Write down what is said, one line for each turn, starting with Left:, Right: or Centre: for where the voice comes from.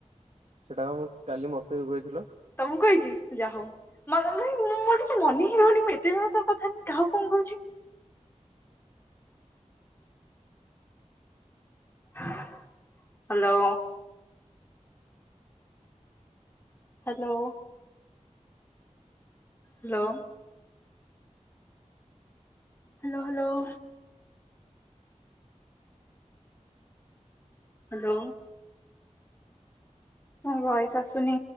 Right: ସେଟା ବା କାଲି ମତେ ବି କଇଥିଲ।
Left: ତମକୁ କହିଛି ଯାହାହଉ। ମୋ ଭାଇ ମୁଁ ମୋର କିଛି ମନେ ହେଇ ରହୁନି, ମୁଁ ଏତେ ଜଣଙ୍କ ସହ କଥାହେଲି କାହାକୁ କଣ କହୁଛି। Hello. Hello. Hello. Hello hello. Hello. ତମ ଭଏସ ଆସୁନି।